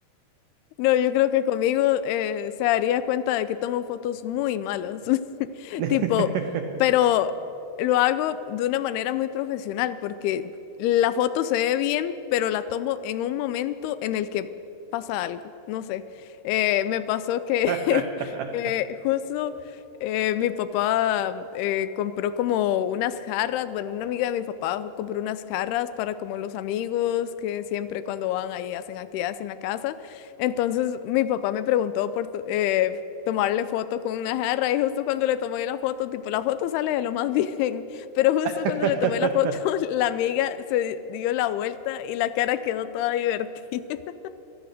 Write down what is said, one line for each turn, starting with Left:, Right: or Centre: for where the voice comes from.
Left: No, yo creo que conmigo eh, se daría cuenta de que tomo fotos muy malas, <laughs>
Right: <laughs>
Left: tipo, pero lo hago de una manera muy profesional porque la foto se ve bien, pero la tomo en un momento en el que pasa algo, no sé. Eh, me pasó que
Right: <laughs>
Left: <laughs> eh, justo eh, mi papá eh, compró como unas jarras, bueno, una amiga de mi papá compró unas jarras para como los amigos que siempre cuando van ahí hacen actividades en la casa. Entonces mi papá me preguntó por to- eh, tomarle foto con una jarra y justo cuando le tomé la foto, tipo, la foto sale de lo más bien, <laughs> pero justo
Right: <laughs>
Left: cuando le tomé la foto, <laughs> la amiga se dio la vuelta y la cara quedó toda divertida. <laughs>